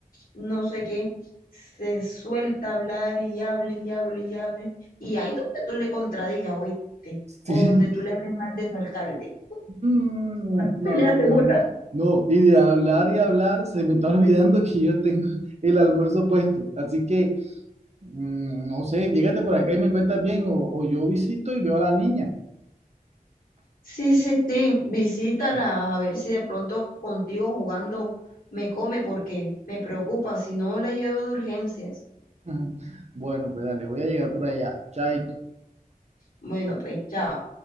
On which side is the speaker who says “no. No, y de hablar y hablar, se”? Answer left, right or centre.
Right